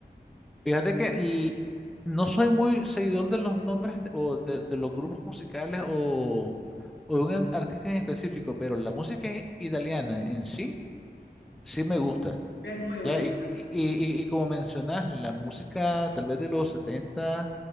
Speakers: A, in the centre; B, on the left.
A: Fíjate que l- no soy muy seguidor de los nombres de- o de, de los grupos musicales o, o de un en- artista en específico, pero la música i- italiana en sí, sí me gusta.
B: Es muy bonita,
A: Ya, y, y- y- y como mencionas, la música tal vez de los 70,